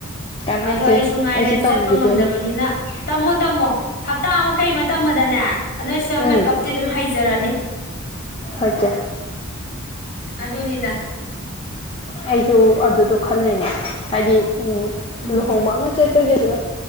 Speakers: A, on the left; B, on the left.
A: ꯀꯥꯟꯅꯩꯁꯦ
B: ꯑꯗꯣ ꯑꯩꯁꯨ ꯔꯦ
A: ꯇꯝꯈꯤꯗꯣꯏꯅꯦ
B: ꯆꯠꯄ ꯉꯝꯗꯕꯅꯤꯅ ꯇꯝꯃꯣ ꯇꯝꯃꯣ ꯍꯞꯇꯥ ꯑꯃ ꯀꯩ ꯑꯃ ꯇꯝꯕꯗꯅꯦ ꯅꯣꯏ ꯁꯦꯜ
A: ꯎꯝ
B: ꯃꯦꯀꯞꯇꯤ ꯑꯗꯨꯝ ꯍꯩꯖꯔꯅꯤ
A: ꯍꯣꯏ ꯆꯦ
B: ꯑꯗꯣꯅꯦꯗ
A: ꯑꯩꯁꯨ ꯑꯗꯨꯗꯣ ꯈꯜꯂꯦꯅꯦ ꯍꯥꯏꯗꯤ
B: ꯎꯝ
A: ꯂꯨꯍꯣꯡꯕ ꯑꯃ ꯆꯠꯄꯒꯤ ꯑꯗꯨ